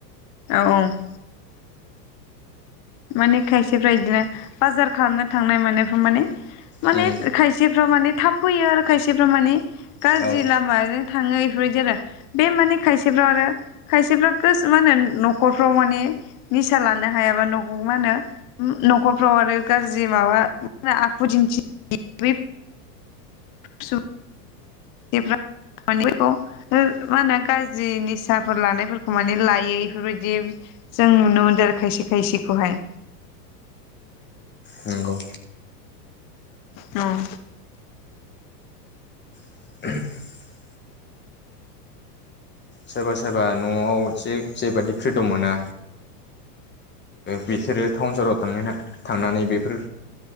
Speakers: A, on the left; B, on the left.
A: औ औ माने खायसेफ्रा बिदिनो बाजार थांनाय म मान मान
B: उम
A: खायसे मान थाब फैयो आरो खायसेफ्रा माने गाज्रि
B: औ
A: लामाजों थाङो इफोरबायदि आरो बे माने खायसेफ्रा आरो खायसेफ्रा गोस मा होन न'खरफ्राव माने निसा लानो हायाबा मा होनो नखरफ्राव आरो गाज्रि माबा मो आखु दिन्थि स' इफ्रा माने बेखौ हो मा होनो गाज्रि निसाफोर लानायफोरखौ माने लायो बेफोरबायदि जों नुनो मोनदों आरो खायसे खायसेखौहाय
B: नंगौ
A: औ
B: <unintelligible> सोरबा सोरबा न'आव जे जेबादि फ्रिदम मोना बिसोरो टाउन सहराव थांनो थांनानै बेफोर